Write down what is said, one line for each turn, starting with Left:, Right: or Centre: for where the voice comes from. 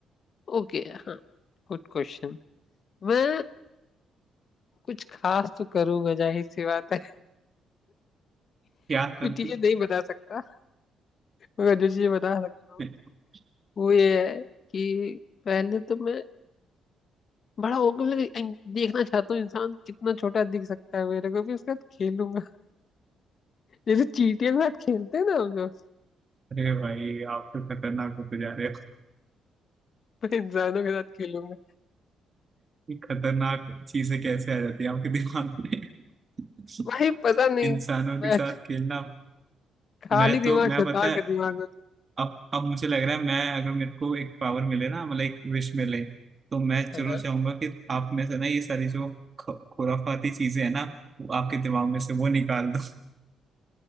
Left: ओके हाँ गुड क्वेश्चन मैं कुछ खास तो करूंगा जाहिर सी बात है <laughs>
Right: क्या
Left: कुछ
Right: करोगे
Left: चीजें नहीं बता सकता मगर जो चीजें बता सकता हूँ
Right: <laughs>
Left: वो ये है कि पहले तो मैं बड़ा होकर मतलब देखना चाहता हूँ इंसान कितना छोटा दिख सकता है मेरे को भी उसके साथ खेलूंगा <laughs> जैसे चींटियों के साथ खेलते हैं ना हम लोग
Right: अरे भाई आप तो खतरनाक होते जा रहे हो
Left: मैं इंसानों के साथ खेलूंगा
Right: ये खतरनाक चीजें कैसे आ जाती है आपके दिमाग में <laughs>
Left: भाई पता नहीं
Right: इंसानों
Left: मैं
Right: के साथ खेलना
Left: खाली
Right: मैं तो
Left: दिमाग
Right: मैं
Left: शैतान
Right: पता है
Left: का दिमाग होता
Right: अब अब मुझे लग रहा है मैं अगर मेरे को एक पावर मिले ना मतलब एक विश मिले तो मैं जरूर
Left: है हाँ।
Right: चाहूंगा कि आप में से ना ये सारी जो ख- खुराफाती चीजें हैं ना वो आपके दिमाग में से वो निकाल दो